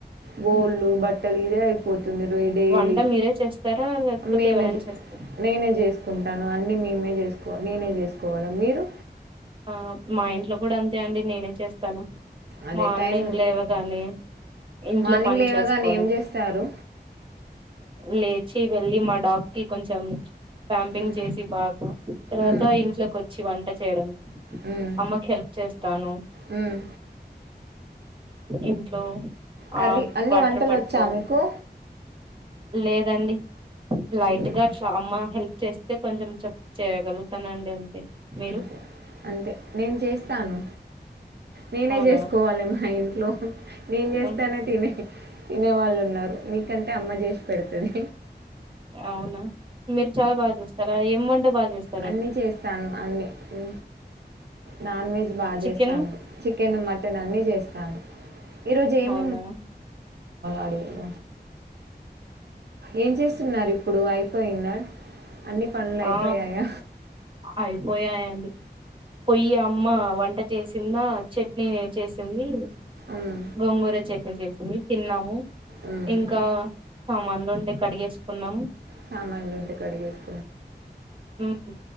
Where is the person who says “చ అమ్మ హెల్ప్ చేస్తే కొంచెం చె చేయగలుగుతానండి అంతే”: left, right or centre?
Right